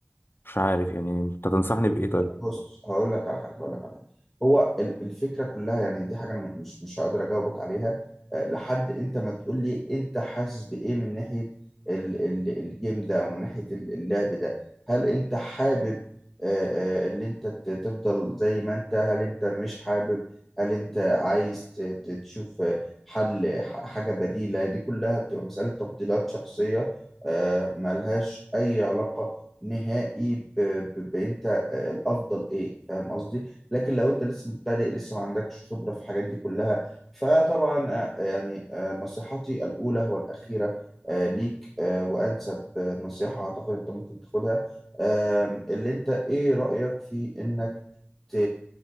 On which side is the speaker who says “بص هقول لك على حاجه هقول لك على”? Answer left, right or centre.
Centre